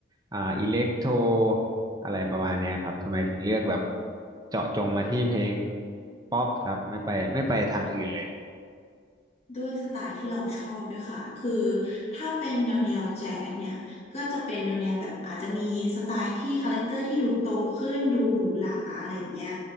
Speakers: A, on the right; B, on the left.
A: อ่าอิเล็กโทรอะไรประมาณเนี้ยครับทำไมถึงเลือกแบบเจาะจงมาที่เพลงป๊อปครับไม่ไปไม่ไปทางอื่นเลย
B: ด้วยสไตล์ที่เราชอบด้วยค่ะคือถ้าเป็นแนวแนวแจ๊สเนี่ยก็จะเป็นแนวแนวแบบอาจจะมีสไตล์ที่คาแรคเตอร์ที่ดูโตขึ้นดูหรูหราอะไรอย่างเงี้ย